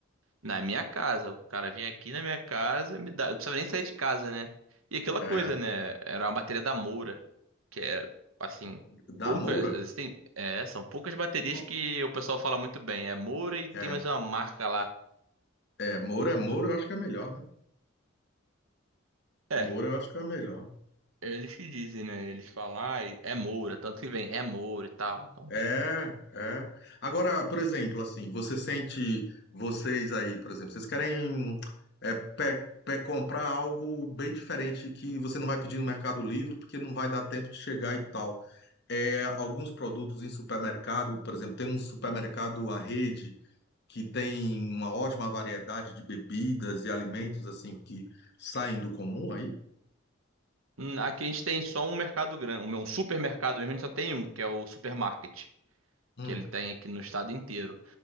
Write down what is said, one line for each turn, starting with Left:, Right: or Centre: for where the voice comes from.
Right: na minha casa, o cara vinha aqui na minha casa, me dá, eu não precisava nem sair de casa, né? E aquela
Left: É,
Right: coisa, né? Era uma bateria da Moura, que é, assim,
Left: da
Right: poucas,
Left: Moura.
Right: existem, é, são poucas baterias
Left: Não.
Right: que o pessoal fala muito bem. É Moura e tem
Left: É,
Right: mais uma marca lá.
Left: é, Moura, Moura eu acho que é melhor, né?
Right: É,
Left: Moura eu acho que é melhor.
Right: eles que dizem, né? Eles falam, ah, é Moura, tanto que vem, é Moura e tal. Então,
Left: É, é. Agora, por exemplo, assim, você sente, vocês aí, por exemplo, vocês querem é, pe- pe- comprar algo bem diferente que você não vai pedir no Mercado Livre porque não vai dar tempo de chegar e tal. é, alguns produtos em supermercado, por exemplo, tem um supermercado à rede que tem uma ótima variedade de bebidas e alimentos assim que saem do comum aí?
Right: Hum, Aqui a gente tem só um mercado grande, um um supermercado mesmo, a gente só tem um, que é o supermarket,
Left: Hum,
Right: que ele tem aqui no estado inteiro.